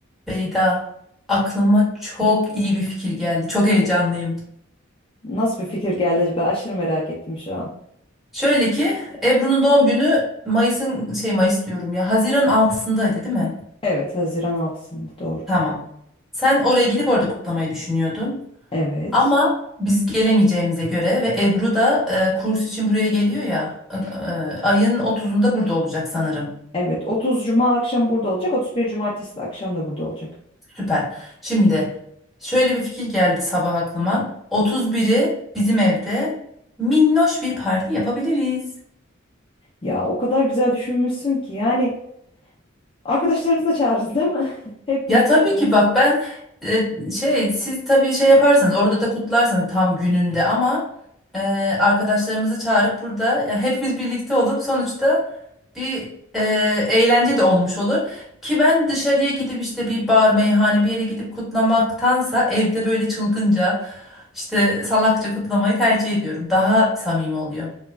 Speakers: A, in the centre; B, on the left (about 25°).
A: Beyda, aklıma çok iyi bir fikir geldi. Çok heyecanlıyım.
B: Nasıl bir fikir geldi acaba? Aşırı merak ettim şu an.
A: Şöyle ki Ebru'nun doğum günü Mayıs'ın şey Mayıs diyorum ya. Haziran altısındaydı, değil mi?
B: Evet, Haziran altısında doğru.
A: Tamam. Sen oraya gidip orada kutlamayı düşünüyordun.
B: Evet.
A: Ama biz gelemeyeceğimize göre ve Ebru da e, kurs için buraya geliyor ya. e, e, ayın otuzunda burada olacak sanırım.
B: Evet, 30 Cuma akşam burada olacak. 31 Cumartesi de akşam da burada olacak.
A: Süper. Şimdi şöyle bir fikir geldi sabah aklıma. Otuz biri bizim evde minnoş bir parti yapabiliriz.
B: Ya o kadar güzel düşünmüşsün ki yani arkadaşlarımızı da çağırırız değil mi? <laughs> Hep birlikte
A: Ya tabii
B: oluruz.
A: ki bak ben e, şey siz tabii şey yaparsınız orada da kutlarsınız tam gününde ama e, arkadaşlarımızı çağırıp burada ya hepimiz birlikte olup sonuçta bir e, eğlence de olmuş olur. Ki ben dışarıya gidip işte bir bar meyhane bir yere gidip kutlamaktansa evde böyle çılgınca işte salakça kutlamayı tercih ediyorum. Daha samimi oluyor.